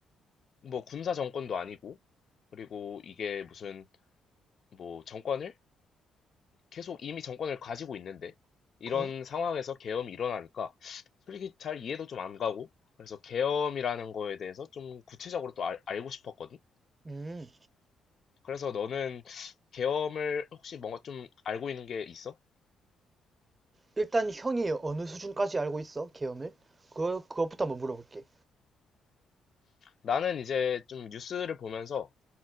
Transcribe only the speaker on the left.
뭐 군사 정권도 아니고, 그리고 이게 무슨 뭐 정권을 계속 이미 정권을 가지고 있는데 이런
상황에서 계엄이 일어나니까 솔직히 잘 이해도 좀 안 가고 그래서 계엄이라는 거에 대해서 좀 구체적으로 또 알, 알고 싶었거든.
그래서 너는 계엄을 혹시 뭔가 좀 알고 있는 게 있어?
나는 이제 좀 뉴스를 보면서